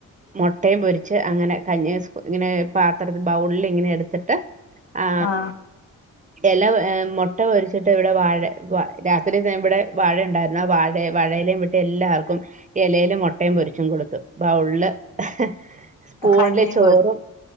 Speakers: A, on the right; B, on the left.
A: മൊട്ടയും പൊരിച്ച് അങ്ങനെ കഞ്ഞി ഇങ്ങനെ പാത്രത്തി ബൗളിലിങ്ങനെ എട്ത്തിട്ട് ആ
B: ആഹ്
A: എല ഏ മൊട്ട പൊരിച്ചിട്ട് ഇവടെ വാഴ വ രാത്രി തെ ഇവടെ വാഴണ്ടായിര്ന്നു ആ വാഴ വാഴലേ വെട്ടി എല്ലാർക്കും എലേല് മൊട്ടയും പൊരിച്ചും കൊടുത്തു ബൗള്ല് ഹ് സ്പൂണിലെ
B: കഞ്ഞിയും
A: ചോറും
B: കൊടുത്ത്